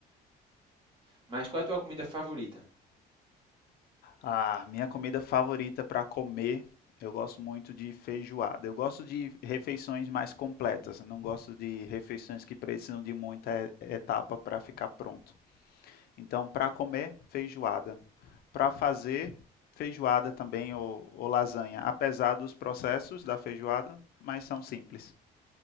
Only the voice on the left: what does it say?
Ah, minha comida favorita para comer, eu gosto muito de feijoada. Eu gosto de refeições mais completas, não gosto de refeições que precisam de muita e- etapa para ficar pronto. Então, para comer, feijoada. Para fazer, feijoada também ou, ou lasanha, apesar dos processos da feijoada, mas são simples